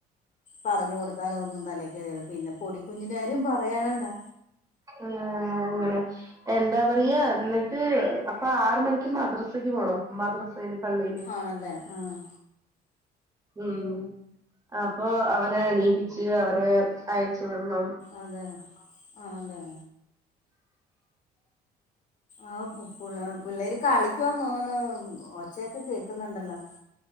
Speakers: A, on the left (about 45°); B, on the right (about 20°).
A: പറഞ്ഞു കൊടുത്താലൊന്നും തലേ ക്കേറിയേല പിന്നെ പൊടിക്കുഞ്ഞിന്റെറെ കാര്യം പറയാനുണ്ടാ
B: ആഹ് അങ്ങനെ. എന്താ പറയ എന്നിട്ട് അപ്പൊ ആറ് മണിക്ക് മദ്രസക്ക് പോണം മദ്രസയില് പള്ളിയില്.
A: ആണല്ലേ? ആഹ്.
B: ഉം അപ്പൊ അവനെ എണീപ്പിച്ച് അവനെ അയച്ചു വിടണം.
A: അതെ ആണല്ലേ? ആഹ് പുള്ളേ പുള്ളേര് കളിക്കുവാ തോന്നണ ഒച്ചയൊക്കെ കേക്കുന്നുണ്ടല്ലോ.